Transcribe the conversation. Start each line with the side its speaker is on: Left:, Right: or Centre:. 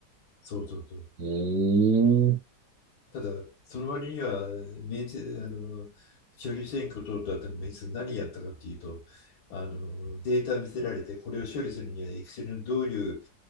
Left: そうそうそう。
Right: うーん。
Left: ただ、その割には、明治、あの、処理選挙を通った後に、何やったかっていうと、あの、データ見せられて、これを処理するには、Excel のどういう